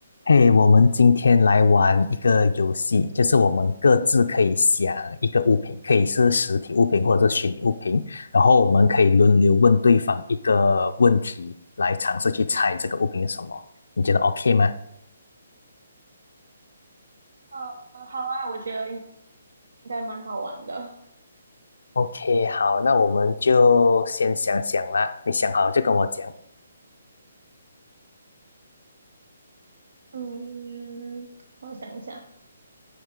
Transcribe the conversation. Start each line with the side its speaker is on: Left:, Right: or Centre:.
Left: 嘿，我们今天来玩一个游戏，就是我们各自可以想一个物品，可以是实体物品或者是虚拟物品，然后我们可以轮流问对方一个问题，来尝试去猜这个物品是什么。你觉得 OK 吗
Right: 嗯呃好啊，我觉得应应该蛮好玩的。
Left: ？OK，好，那我们就先想想啦。你想好就跟我讲。
Right: 嗯，我想一下